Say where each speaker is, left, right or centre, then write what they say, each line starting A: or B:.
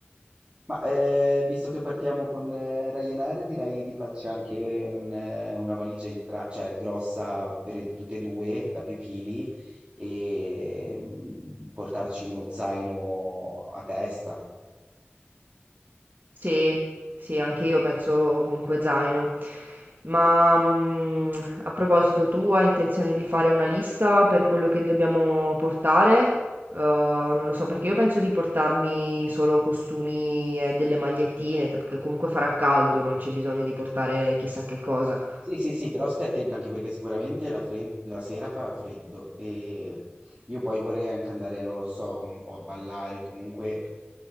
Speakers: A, on the right; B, on the right.
A: Ma eh, visto che partiamo con eh, Ryanair, direi di farci anche un, eh, una valigia entra- cioè, grossa per e- tutte e due, da più chili, e mm, portarci uno zaino a testa.
B: Sì, sì, anche io penso comunque zaino. Ma mm, a proposito, tu hai intenzione di fare una lista per quello che dobbiamo portare? Eh, non lo so, perché io penso di portarmi solo costumi e delle magliettine, t- perché comunque farà caldo, non c'è bisogno di portare chissà che cosa.
A: Sì, sì, sì, però stai attento anche perché sicuramente la, fred- la sera farà freddo e io poi vorrei anche andare, non lo so, un po' a ballare, comunque